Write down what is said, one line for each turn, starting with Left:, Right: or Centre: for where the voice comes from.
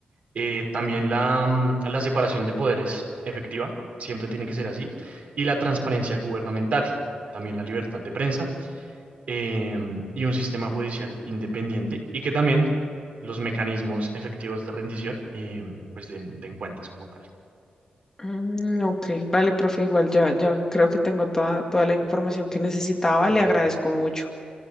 Right: Eh, también la, mm, la separación de poderes efectiva, siempre tiene que ser así, y la transparencia gubernamental. también la libertad de prensa em, y un sistema judicial independiente y que también los mecanismos efectivos de rendición y pues den, den cuentas como tal.
Left: Mm, ok, vale, profe, igual ya, ya creo que tengo toda, toda la información que necesitaba,
Right: Claro.
Left: le agradezco mucho.